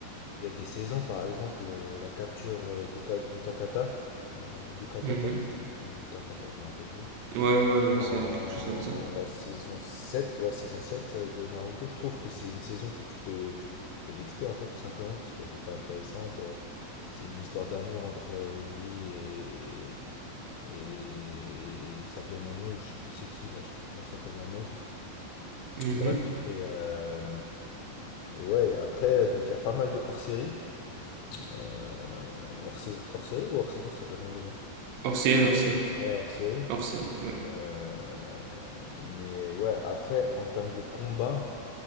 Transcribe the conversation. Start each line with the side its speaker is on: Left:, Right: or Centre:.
Left: Il y a des saisons, par exemple, euh, la capture euh, d'Uka- d'Utakata, euh, d'Ukataka,
Right: Mhm.
Left: ou Takata, je me rappelle plus.
Right: Ouais, ouais,
Left: En
Right: c'est quelque chose comme ça.
Left: la saison 7 ouais, saison 7 de Naruto, je trouve que c'est une saison que tu peux, tu peux, tu peux nexter, en fait, tout simplement, parce qu'elle n'est pas intéressante. euh, C'est une histoire d'amour entre euh, lui et, et, et sa bien-aimée, ou je sais plus c'est qui, là, je sais plus comment elle s'appelle, la meuf.
Right: Mhm.
Left: Bref, et, euh, et ouais, après, donc il y a pas mal de hors-séries. euh, hors saison, hors série ou hors saison, ça s'appelle comment déjà?
Right: Hors série, hors série.
Left: Ouais, hors série.
Right: Hors série, ouais.
Left: Euh, mais ouais, après, en termes de combat,